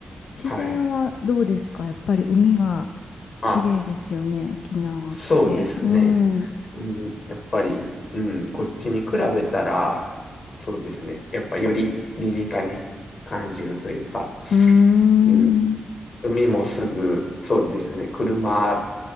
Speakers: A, on the left; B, on the left.
A: 自然はどうですかやっぱり海が
B: はい。あ、
A: 綺麗ですよね、沖縄って。
B: そうですね。
A: うん。う
B: うん、やっぱり、うん、こっちに比べたら、そうですね。やっぱより身近に感じるというか、
A: ーん。
B: うん、海もすぐ、そうですね。車